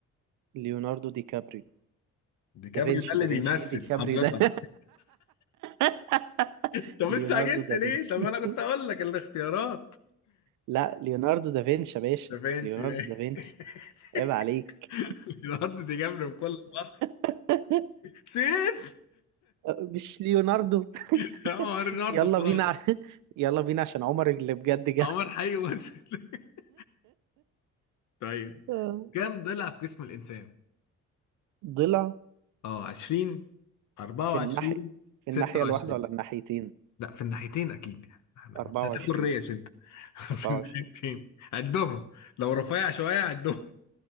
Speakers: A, on the right; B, on the left.
A: ليوناردو دي كابريو
B: ديكابريو
A: دافنشي
B: ده اللي
A: دافنشي
B: بيمثل
A: ايه دي كابريو
B: حضرتك
A: ده <laughs>
B: <laughs> طب استعجلت
A: ليوناردو دافنشي
B: ليه؟ طب
A: <laughs>
B: انا كنت اقول لك الاختيارات
A: لا ليوناردو دافنشي يا باشا
B: ده فينشي
A: ليوناردو
B: يعني.
A: دافنشي
B: <laughs>
A: عيب عليك
B: ليوناردو دي جابري بكل فخر
A: <laughs>
B: صفر
A: مش ليوناردو <laughs>
B: <laughs> عمر ليوناردو
A: يلا
B: خلاص
A: بينا ع- <laughs> يلا بينا عشان عمر اللي بجد جه
B: عمر حي وصل <laughs> طيب
A: <laughs> آه،
B: كم ضلع في جسم الإنسان؟
A: ضلع
B: اه 20 24
A: في الناحية
B: 26
A: في الناحية الواحدة ولا الناحيتين
B: لا في الناحيتين أكيد يعني احنا
A: 24
B: مش هتاكل ريش أنت <laughs> في
A: 24
B: الناحيتين عدهم لو رفيع شوية عدهم